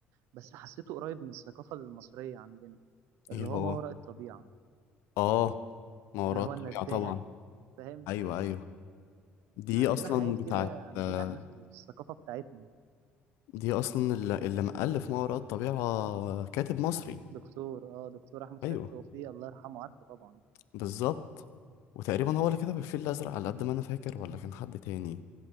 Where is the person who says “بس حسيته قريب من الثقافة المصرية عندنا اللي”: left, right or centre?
Right